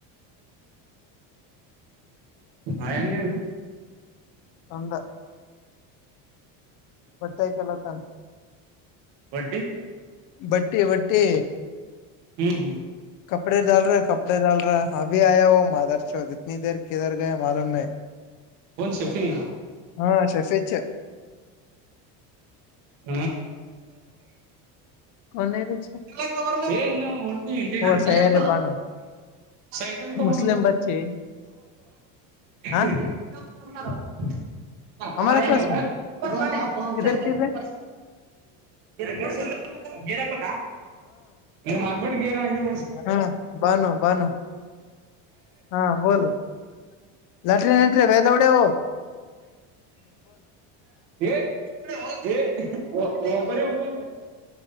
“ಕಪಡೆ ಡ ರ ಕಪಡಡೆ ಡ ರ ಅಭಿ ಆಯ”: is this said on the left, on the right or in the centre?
Left